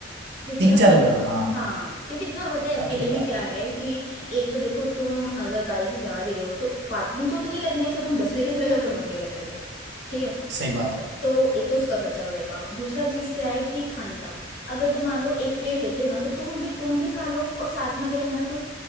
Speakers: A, on the left; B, on the right.
A: क्योंकि
B: तीन चार
A: अकेले
B: हजार हाँ
A: हाँ तो कितना पता है अकेले
B: अकेला
A: में क्या है कि एक तो देखो तुम अगर गाड़ी से जा भी रहे हो तो पार्किंग तो उतनी लगनी चाहिए तुम दस लेके चले जाओ तुम अकेले चले जाओ ठीक है
B: सही बात है
A: तो एक तो उसका खर्चा होएगा दूसरा चीज क्या है कि खाने का अगर तुम मान लो एक प्लेट लेते हो ना तो तुम भी तुम भी खा लो और साथ में अगर तुम्हारा कोई